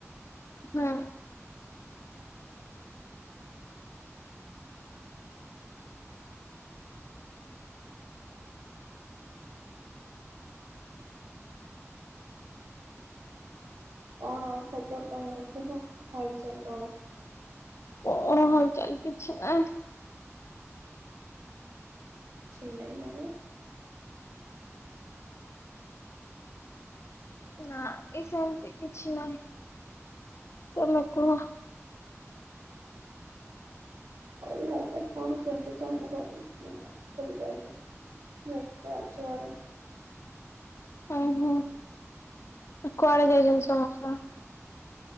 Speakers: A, on the left; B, on the right.
A: ହଁ।
B: କଣ ଆଉ ଖବର ତମର କୁହ ହାଲଚାଲ କଣ?
A: କଣ ହଲଚାଲ କିଛି ନାହି।
B: କିଛି ନାହିଁ ମାନେ।
A: ନା ଏ ସେମିତି କିଛି ନାହିଁ, ତମେ କୁହ।
B: ର ବି ହାଲଚାଲ କଣ ସେ ଏମିତି ତ ଆମ ଘରେ କିଏ ମା ସବୁ ଯାଇଛନ୍ତି ମୁଁ ଏକା ଆଛି ଘରେ
A: ଓହୋ! କୁଆଡେ ଯାଇଛନ୍ତି ସମସ୍ତେ?